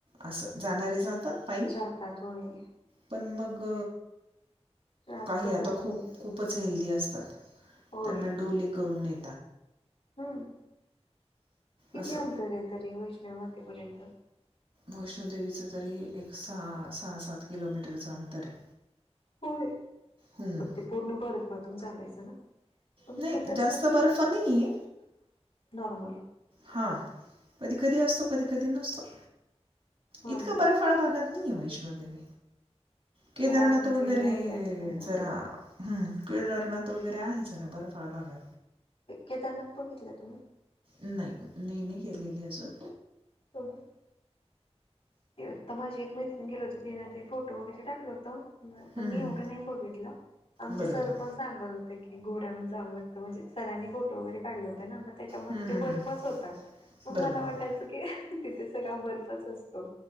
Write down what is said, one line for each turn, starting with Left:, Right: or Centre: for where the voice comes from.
Right: असं जाणारे जातात पाई
Left: जातात होय
Right: पण मग
Left: त्रास
Right: काही
Left: पण
Right: आता
Left: तसा
Right: खूप
Left: होत
Right: खूपच हेल्दी असतात
Left: होय
Right: त्यांना डोली करून ने
Left: हम्म किती
Right: असं
Left: अंतर आहे तरी वैष्णव माते पर्यंत
Right: वैष्णव देवीच तरी एक सहा सात किलोमीटरचं अंतर आहे.
Left: होय
Right: हं.
Left: ते पूर्ण बर्फातुन चालायचं ना. पण
Right: नाही
Left: खरंच
Right: जास्त बर्फ नाही ये.
Left: नॉर्मल
Right: हां कधी कधी असतो कधी कधी नसतो.
Left: होय
Right: इतका
Left: ना
Right: बर्फाळ भागात नाहीय वैष्णव देवी केदारनाथ
Left: काय म्हणजे
Right: वगैरे
Left: एवढ्या आयडियाच नाही ना
Right: जरा
Left: त्याचे
Right: हम्म. केदारनाथ वगैरे आहे जरा बर्फाळ भागात
Left: केदारनाथ बघितलं तुम्ही
Right: नाही नाही नाही गेलेली अजून
Left: हो हो. ते आता माझी एक मैत्रिण गेली होती. तेन ते फोटो वगैरे टाकलं होत. पण
Right: हं,
Left: मी एवढं नाही बघितलं. आमचे
Right: बरं
Left: सर
Right: बरं
Left: पण सांगत होते. की घोड्यान जावं लागतं. म्हणजे सरांनी फोटो वगरे काढले होते ना. म त्याच्यामध्ये
Right: हं, हं,
Left: ते
Right: हं.
Left: बर्फच होता. म
Right: बरं
Left: मला
Right: बरं
Left: वाटायचं
Right: बरं
Left: की तिथे सगळा बर्फच असतो.